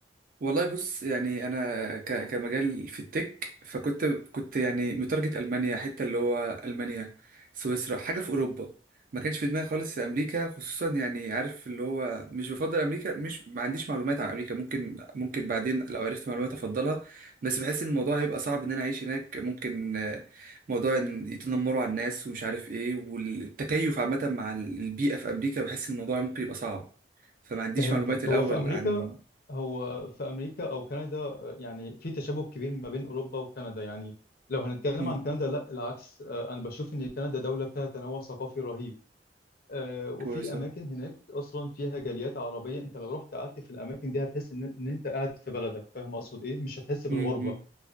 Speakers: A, on the right; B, on the left.
A: والله بص يعني انا ك- كمجال في التك فكنت كنت يعني متارجت المانيا حته اللي هو المانيا سويسرا حاجه في اوروبا ما كانش في دماغي خالص امريكا خصوصا يعني عارف اللي هو مش بفضل امريكا مش ما عنديش معلومات عن امريكا ممكن ممكن بعدين لو عرفت معلومات افضلها بس بحس ان الموضوع هيبقى صعب ان انا اعيش هناك ممكن آه، موضوع ان يتنمروا على الناس ومش عارف ايه والتكيف عامه مع البيئه في امريكا بحس ان الموضوع ممكن يبقى صعب فما عنديش
B: فهمتك
A: معلومات الأول
B: هو في امريكا
A: عن
B: هو في امريكا او كندا آه، يعني في تشابه كبير ما بين اوروبا وكندا يعني لو هنتكلم
A: مم.
B: عن كندا لا العكس آه، انا بشوف ان كندا دولة فيها تنوع ثقافي رهيب آه، وفي
A: كويسة
B: اماكن هناك اصلا فيها جاليات عربية انت لو رحت قعدت في الاماكن دي هتحس ان إن انت قاعد في بلدك فاهم اقصد ايه مش هتحس
A: مم.
B: بالغربة
A: مم.